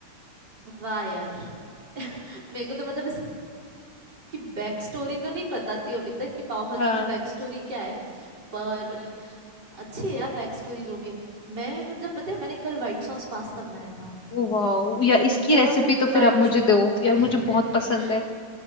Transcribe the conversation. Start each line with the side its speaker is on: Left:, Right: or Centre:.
Right: वाह यार <laughs> मेरे को तो मतलब की बैक स्टोरी तो नहीं पता थी अभी तक कि पाव भाजी
Left: हाँ
Right: की बैक स्टोरी क्या है पर अच्छी है यार बैक स्टोरी जो भी है मैं मतलब पता है मैंने कल व्हाइट सॉस पास्ता बनाया था
Left: ओ वाह यार
Right: मेरे
Left: इसकी
Right: को ना
Left: रेसिपी तो
Right: व्हाइट
Left: फिर आप मुझे दो
Right: <laughs>
Left: यार मुझे बहुत पसंद है